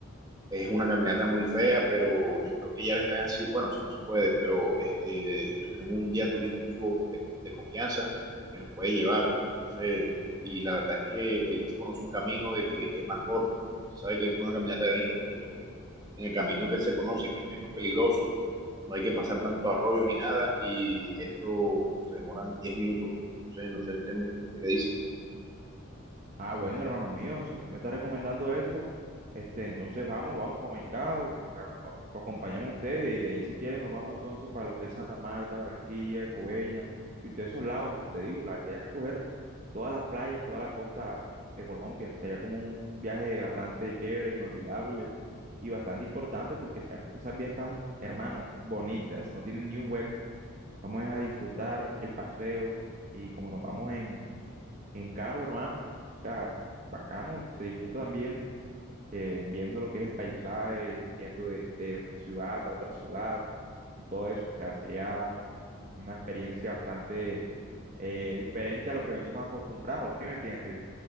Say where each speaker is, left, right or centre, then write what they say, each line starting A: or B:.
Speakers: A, on the right (about 20°); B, on the right (about 35°).
A: es una caminata muy fea, pero yo creo que ya le están así, bueno, eso no se puede, pero este, yo tengo un guía turístico de, de confianza que nos puede llevar, entonces, y la verdad es que él se conoce un camino de que es más corto, usted sabe que es una caminata de 20 minutos, pues en el camino que él se conoce, que es menos peligroso, no hay que pasar tanto arroyo ni nada, y eso se demoran 10 minutos, entonces, no sé si usted, me, usted qué dice.
B: Ah, bueno, hermano mío, si usted me está recomendando eso, este, entonces vamos, vamos para Maicao, a- lo acompañamos a ustedes y de ahí si quieren nos vamos entonces para lo que es Santa Marta, Barranquilla, Coveña y ustedes esos lados, como te digo, la idea es recoger todas las playas, toda la costa de Colombia. Sería como un viaje bastante chévere, inolvidable y bastante importante porque sabemos que esas vías están, hermano, bonitas, no tienen ni un hueco. Vamos a disfrutar el paseo y como nos vamos en, en carro, hermano, o sea, bacano, se disfruta también eh, viendo lo que es el paisaje, yendo de, de ciudad a otra ciudad y todo eso. O sea, sería una experiencia bastante eh, diferente a lo que venimos acostumbrados, ¿sí me entiendes?